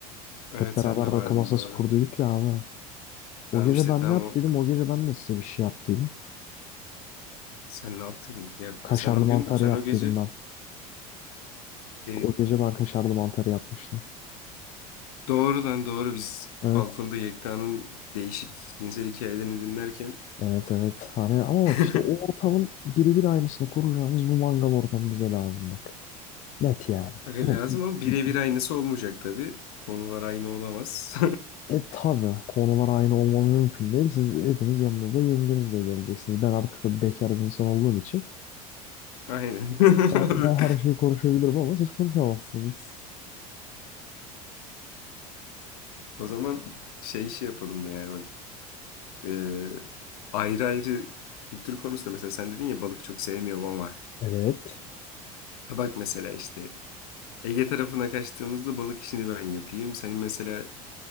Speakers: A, on the left; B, on the left.
A: Evet
B: Hep beraber
A: sen de
B: rakı
A: vardın
B: masası
A: doğru.
B: kurduyduk ya abi.
A: Tamam
B: O gece
A: işte
B: ben
A: tamam
B: ne yap
A: o.
B: dedim? O gece ben de size bir şey yap dedim.
A: Sen ne yaptın Ya
B: Kaşarlı
A: sen o
B: mantarı
A: gün sen
B: yap
A: o gece
B: dedim ben.
A: e,
B: O gece ben kaşarlı mantarı yapmıştım.
A: doğru lan doğru biz
B: Evet.
A: balkonda Yekta'nın değişik cinsel hikayelerini dinlerken
B: Evet evet. Hani ama
A: <laughs>
B: bak işte o ortamın birebir aynısını kuracağımız bir mangal ortamı bize lazım bak. Net yani.
A: Aga
B: Bu,
A: lazım
B: bu,
A: ama birebir
B: bu ihtiyaç.
A: aynısı olmayacak tabii. Konular aynı olamaz.
B: E tabi konular aynı olmaz mümkün değil. Siz hepiniz yanınızda yengenizle geleceksiniz. Ben artık da bekar bir insan olduğum için
A: <laughs> Aynen. <laughs>
B: ben, ben her şeyi konuşabilirim ama siz konuşamazsınız.
A: O zaman şey şey yapalım ya bak. e, ayrı ayrı kültür konusunda mesela sen dedin ya balık çok sevmiyorum ama
B: Evet.
A: ha bak mesela işte Ege tarafına kaçtığımızda balık işini ben yapayım. Sen mesela